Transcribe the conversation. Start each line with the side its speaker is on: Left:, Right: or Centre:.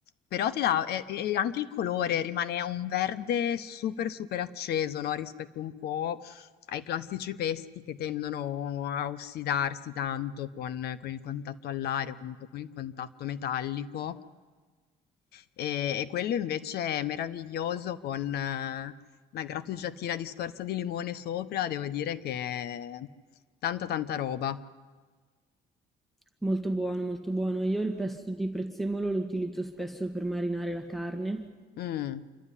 Left: Però ti dà, e, e anche il colore rimane un verde super super acceso, no? Rispetto un po' ai classici pesti che tendono a ossidarsi tanto con, con il contatto all'aria o comunque con il contatto metallico. E, e quello invece è meraviglioso con eh, una grattugiatina di scorza di limone sopra, devo dire che è tanta tanta roba.
Centre: Molto buono, molto buono. Io il pesto di prezzemolo lo utilizzo spesso per marinare la carne.
Left: Mm,